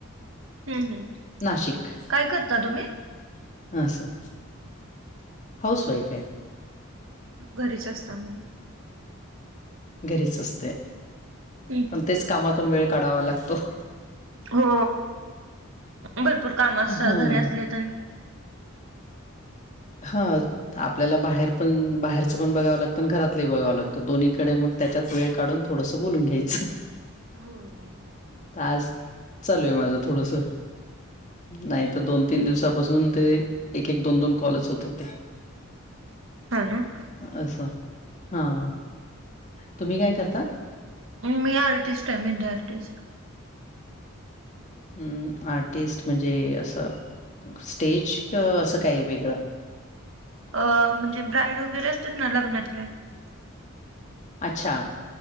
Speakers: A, on the right; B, on the left.
A: हम् हम्.
B: नाशिक.
A: काय करता तुम्ही
B: हा सर, हाऊस वाइफ आहे.
A: घरीच असतो आम्ही
B: घरीच असते
A: हम्म
B: पण
A: हम्म
B: तेच कामातून वेळ काढावा लागतो.
A: हो, भरपूर कामं असतात
B: हां
A: घरी असले तरी.
B: हा आपल्याला बाहेर पण बाहेरचं पण बघावं लागतं आणि घरातलंही बघावं लागतं दोन्हीकडे मग त्याच्यात वेळ काढून थोडसं बोलून घ्यायचं.
A: हम्म
B: आज चालू आहे माझं थोडसं नाही तर दोन तीन दिवसापासून ते एक -एक, दोन -दोन कॉलच होत होते.
A: हा ना.
B: असं हां हा तुम्ही काय करता?
A: मी आर्टिस्ट आहे मेहंदी आर्टिस्ट
B: म आर्टिस्ट म्हणजे असं स्टेज का असं काही वेगळं
A: अ म्हणजे ब्राईड वगैरे असतात ना लग्नातल्या
B: अच्छा,